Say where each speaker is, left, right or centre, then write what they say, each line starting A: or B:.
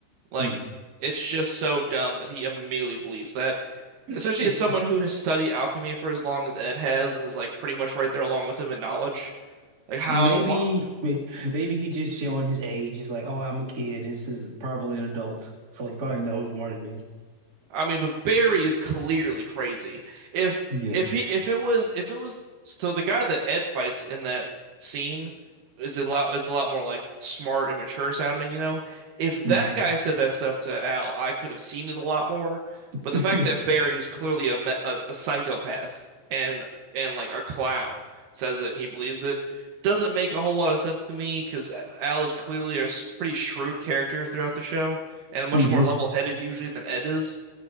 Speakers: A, on the right; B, on the right.
A: Like
B: Hmm.
A: it's just so dumb that he immediately believes that.
B: <laughs>
A: especially as someone who has studied alchemy for as long as Ed has and is like pretty much right there along with him in knowledge. Like how
B: Maybe, may- maybe he just showing his age. He's like, oh, I'm a kid. This is probably an adult, so he probably knows more than me.
A: I mean, but Barry is clearly crazy. If
B: Yeah.
A: if he if it was if it was so the guy that Ed fights in that scene is a lot is a lot more like smart and mature sounding, you know. If
B: hmm
A: that guy said that stuff to Al, I could have seen it a lot more.
B: <laughs>
A: But the fact that Barry, who's clearly a me- a, a psychopath and and like a clown, says it and he believes it doesn't make a whole lot of sense to me because Al is clearly a s- pretty shrewd character throughout the show and much
B: hmm
A: more level-headed usually than Ed is.